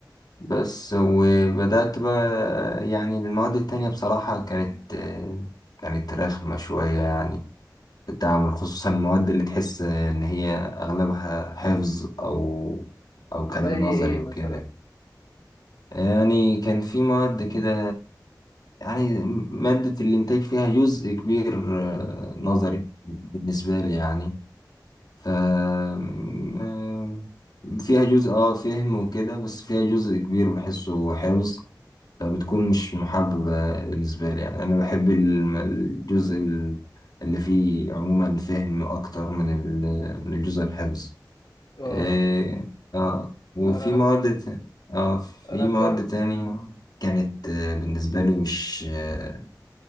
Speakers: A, on the left; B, on the left.
A: بس وبدأت بقى يعني المواد التانية بصراحة كانت آه، كانت رخمة شوية يعني في التعامل خصوصا المواد اللي تحس ان هي اغلبها حفظ او او كلام
B: زي
A: نظري
B: ايه مثلا
A: وكده يعني كان في مواد كده يعني مادة الإنتاج فيها جزء كبير آه، نظري بالنسبة لي يعني ف آه، فيها جزء اه فهم وكده بس فيها جزء كبير بحسه حفظ فبتكون مش محببة بالنسبة لي يعني أنا بحب الم- الجزء ال- اللي فيه عموما فهم أكتر من ال- من الجزء الحفظ
B: اه
A: إيه، اه وفي
B: انا
A: مواد ت- اه في
B: انا فاهم
A: مواد تانية كانت آه، بالنسبة لي مش آه،